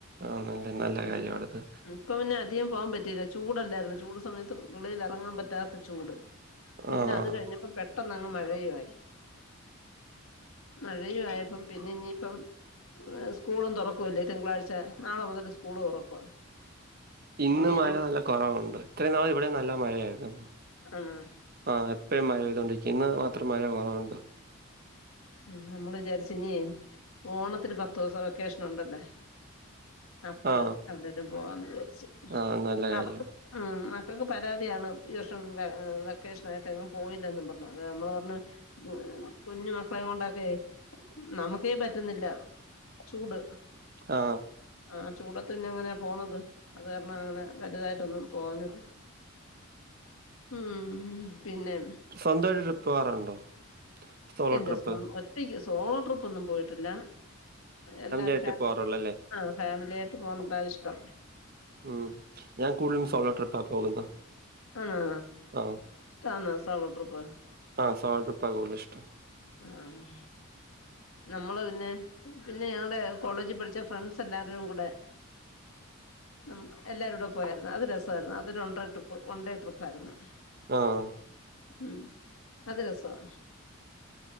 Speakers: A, on the right (about 45°); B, on the left (about 75°).
A: ആണല്ലേ നല്ല
B: ഇനിയിപ്പ
A: കാര്യവാണത്
B: ഇപ്പൊ പിന്നെ അധികം പോകാൻ പറ്റിയില്ല ചൂടല്ലാരുന്നോ ചൂട് സമയത്ത് വെളീൽ എറങ്ങാൻ പറ്റാത്ത ചൂട് പിന്ന
A: ആഹ്.
B: അത് കഴിഞ്ഞപ്പം പെട്ടെന്ന് അങ്ങ് മഴയു വായി മഴയും ആയപ്പം പിന്നെ ഇഞ്ഞി ഇപ്പം സ്കൂളും തുറക്കുവല്ലെ തിങ്കളാഴ്ച്ച നാളെ മുതൽ സ്കൂൾ തുറക്കുവാ
A: ഇന്ന്
B: ഇനി
A: മഴ
B: നമ്മള്
A: നല്ല കൊറവുണ്ട് ഇത്രയും നാൾ ഇവിടെം നല്ല മഴയായിരുന്നു
B: ആന്നോ
A: ആഹ് എപ്പഴും മഴ പെയ്തൊണ്ടിരിക്കും ഇന്ന് മാത്രം മഴ കൊറവുണ്ട്
B: ഉം നമ്മൾ വിചാരിച്ച് ഇഞ്ഞെയ് ഓണത്തിന് പത്തു ദുവ്സം വെക്കേഷൻ ഉണ്ട് അല്ലെ അപ്പഴ്
A: ആ,
B: അന്നേരം പോവാന്ന് വിചാര്ച്ച്
A: ആ നല്ല കാര്യം.
B: അവക്ക് ഉം മക്കക്ക് പരാതിയാണ് ഈ വർഷം വെ വെക്കേഷൻ ആയിട്ട് എങ്ങും പോയില്ലെന്നും പർണ് അത് നമ്മൾ പർണ് <unintelligible> കുഞ്ഞു മക്ക ളെം കൊണ്ടൊക്കെയ് നമുക്കെ പറ്റുന്നില്ല ചൂട്
A: ആ
B: ആഹ് ചൂടത്ത് പിന്നെ എങ്ങനെ പോന്നെത് അത് കാരണം അങ്ങനെ കരുതായിട്ടൊന്നും പോവഞ്ഞെത് ഉം പിന്നെ
A: സ്വന്തം ആയിട്ട് ട്രിപ്പ് പോവാറുണ്ടോ? സോളോ
B: ഇല്ല
A: ട്രിപ്പ്?
B: സ്വം ഒറ്റെക്ക് സോളോ ട്രിപ്പ് ഒന്നും പോയിട്ട് ഇല്ല എല്ലാരും
A: ആയിട്ട്
B: ഫാമിലി
A: പോവാറുള്ളൂ
B: ആയി
A: അല്ലേ?
B: ആഹ് ഫാമിലി ആയിട്ട് പോണതാ ഇഷ്ടം
A: ഉം ഞാൻ കൂട്തെലും സോളോ ട്രിപ്പാ പോകുന്നത്.
B: ആന്നോ?
A: ആ,
B: ഇഷ്ടാന്നോ സോളോ ട്രിപ്പ്?
A: ആഹ് സോൾ ട്രിപ്പാ കൂട്തെൽ ഇഷ്ടം
B: ആഹ് നമ്മൾ പിന്നെ പിന്നെ ഞങ്ങൾടെ കോളേജിൽ പഠിച്ച ഫ്രണ്ട്സ് എല്ലാവരും കൂടെ നമ്മ് എല്ലാരുടെ പോയായിരുന്നു. അത് രസായിരുന്നു അതൊരു വൺണ്ട്ര ട്രിപ്പ് വണ്ടേ ട്രിപ്പായിയിരുന്നു.
A: ആഹ്
B: ഉം അത് രസവാ